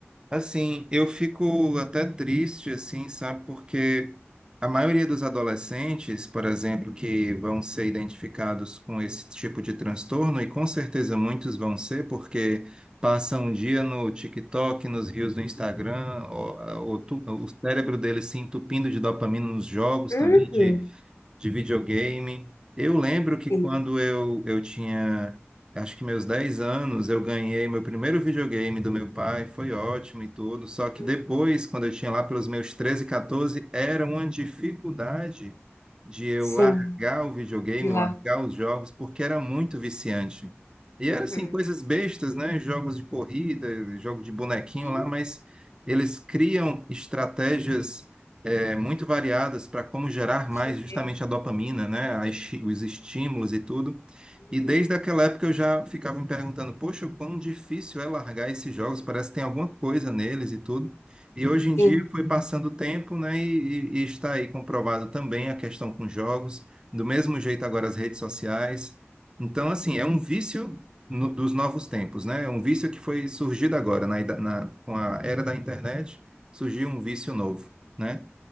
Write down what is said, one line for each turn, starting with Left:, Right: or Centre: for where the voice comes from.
Right: Assim, eu fico até triste, assim, sabe? Porque a maioria dos adolescentes, por exemplo, que vão ser identificados com esse tipo de transtorno, e com certeza muitos vão ser, porque passam um dia no TikTok, nos reels do Instagram, ou, ou tu- o cérebro deles se entupindo de dopamina nos jogos
Left: Uhum.
Right: também, de de videogame. Eu lembro que
Left: Sim.
Right: quando eu, eu tinha, acho que meus 10 anos, eu ganhei meu primeiro videogame do meu pai, foi ótimo e tudo. Só que
Left: Uhum.
Right: depois, quando eu tinha lá pelos meus 13, 14, era uma dificuldade de eu
Left: Sim,
Right: largar o videogame,
Left: de lá.
Right: largar os jogos, porque era muito viciante. E
Left: Uhum.
Right: era assim, coisas bestas, né? Jogos de corrida, jogo de bonequinho
Left: Sim,
Right: lá, mas eles criam estratégias é, muito variadas para como gerar
Left: e
Right: mais
Left: te
Right: justamente
Left: deixa.
Right: a dopamina, né? a esti- os estímulos e tudo.
Left: Uhum.
Right: E desde aquela época eu já ficava me perguntando, poxa, o quão difícil é largar esses jogos, parece que tem alguma coisa neles e tudo. E hoje em dia
Left: Sim,
Right: foi passando o tempo, né? E, e- e está aí comprovado também a questão com jogos, do mesmo jeito agora as redes sociais. Então, assim, é um vício no- dos novos tempos, né? É um vício que foi surgido agora, na, ida- na- com a era da internet, surgiu um vício novo. né?